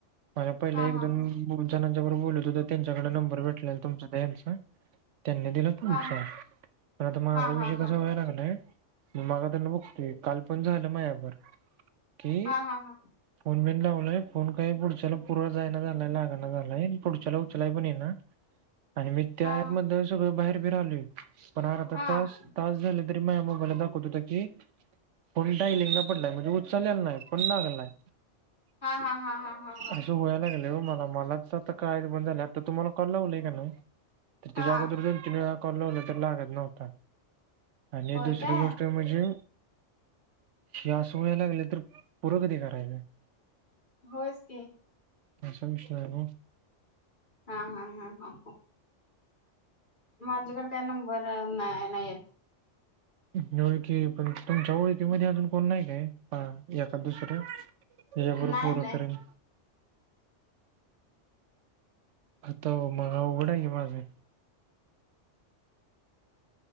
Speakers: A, on the right; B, on the left.
A: मला पहिले
B: हा
A: एक
B: हा
A: दोन जणांच्या बरोबर बोलत होतो त्यांच्याकडे नंबर भेटले तुमचा यांचा त्यांनी दिलं त नुसार
B: हा
A: पण आता माझा
B: हा
A: विषय
B: हा हा
A: कसा व्हायायला लागलाय. म मगादर्न बघतोय काल पण झालं माझ्याभर कि
B: हा हा हा हा
A: फोन बीन लावलोय फोन काय पुढच्याला पूर जायना झालाय लागना झालाय. पुढच्याला उचलाय पण येई ना आणि मी त्या
B: हा
A: अँप मधन सगळं बाहेर बि राहिलोय. पण अर्धा
B: हा हा
A: तास तास झाले तरी माया् मोबाईला दाखवत होत की, पण टायलिंगला पडला म्हणजे. उचलेल नाही पण लागला हाय.
B: हा हा हा हा. हा हा
A: असं व्हायला लागलयं हो मला मलाच आता कळायचं पण झालं आता तुम्हाला कॉल लावलाय का नाही. तर तेच्या
B: हा
A: आगोदर दोन तीन वेळा कॉल लावला तर लागत नव्हता आणि
B: होय
A: दुसरी
B: काय
A: गोष्ट म्हणजे हे असं होयला लागलं तर पुर कधी करायचं.
B: होयच की
A: असा विषय हो
B: हा हा हा हा माझ्याकडे काय नंबर नाही नाही येत
A: होय की पण तुमच्या ओळखीमध्ये अजून कोण नाय काय? हा एकाद दुसरं यांच्याबरोबर
B: नाही
A: पुर
B: नाही
A: करेन. आता मग आवघड हाय की माझं